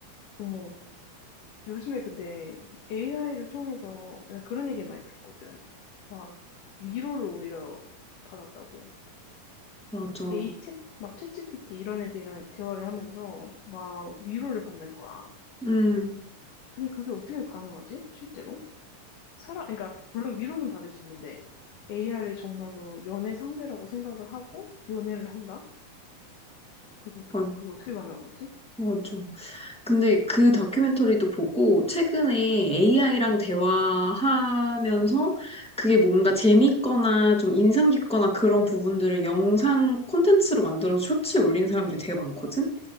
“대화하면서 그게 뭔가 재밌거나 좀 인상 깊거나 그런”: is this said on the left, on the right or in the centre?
Centre